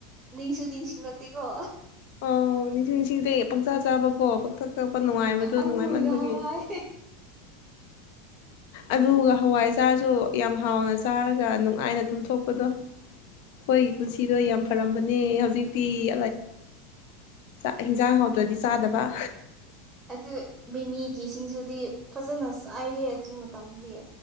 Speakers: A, on the right; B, on the left.
A: ꯅꯤꯡꯁꯨ ꯅꯤꯡꯁꯤꯡꯂꯛꯇꯦꯀꯣ
B: ꯑꯣ ꯅꯤꯡꯁꯤꯡ ꯅꯤꯡꯅꯤꯁꯤꯡꯤꯡ ꯏꯗꯦ ꯄꯪꯆꯥꯥ ꯆꯥꯕ ꯍꯣ ꯄꯪꯇꯛ ꯇꯛꯄ ꯅꯨꯡꯉꯥꯏꯕꯗꯨ
A: ꯑꯂꯨꯒ
B: ꯅꯨꯡꯉꯥꯏꯃꯟꯕꯒꯤ
A: ꯍꯋꯥꯏ
B: ꯑꯗꯨꯒ ꯍꯋꯥꯏ ꯆꯥꯔꯁꯨ ꯌꯥꯝ ꯍꯥꯎꯅ ꯆꯥꯔꯒ ꯅꯨꯡꯉꯥꯏꯅ ꯇꯨꯝꯊꯣꯛꯄꯗꯣ ꯍꯣꯏꯒꯤ ꯄꯨꯟꯁꯤꯗ ꯌꯥꯝ ꯐꯔꯝꯕꯅꯦ ꯍꯧꯖꯤꯛꯇꯤ ꯍꯤꯟꯖꯥꯡ ꯆꯥꯛ ꯍꯥꯎꯇ꯭ꯔꯗꯤ ꯆꯥꯗꯕ
A: ꯑꯗꯨ ꯃꯤꯃꯤꯒꯤꯁꯤꯡꯁꯨꯗꯤ ꯐꯖꯅ ꯆꯥꯏꯍꯦ ꯑꯗꯨꯨ ꯃꯇꯝꯗꯤ